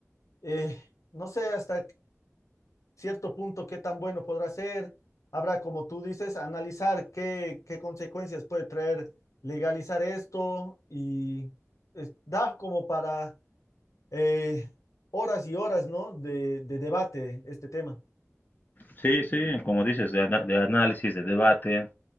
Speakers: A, on the left; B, on the left.
A: eh, no sé hasta cierto punto qué tan bueno podrá ser. Habrá, como tú dices, analizar qué, qué consecuencias puede traer legalizar esto y es- da como para eh, horas y horas, ¿no? de de debate este tema.
B: Sí, sí, como dices, de, ana- de análisis, de debate,